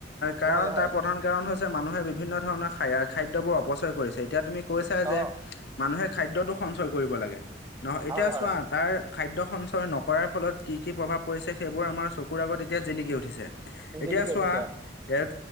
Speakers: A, on the left (about 60°); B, on the right (about 15°).
A: কাৰণ
B: হয় হয়
A: তোমাৰ প্ৰধান কাৰণ হৈছে মানুহে বিভিন্ন ধৰণৰ খাই খাদ্যবোৰ অপচয় কৰিছে। এতিয়া তুমি কৈছাই যে
B: অ
A: মানুহে খাদ্যটো সঞ্চয় কৰিব লাগে। নহয় এতিয়া
B: হয়
A: চোৱা
B: হয়
A: তাৰ খাদ্য সঞ্চয় নকৰাৰ ফলত কি-কি প্ৰভাৱ পৰিছে, সেইবোৰ আমাৰ চকুৰ আগত এতিয়া জিলিকি উঠিছে। এতিয়া
B: জিলিকি
A: চোৱা
B: উঠিছে অ
A: ইয়াত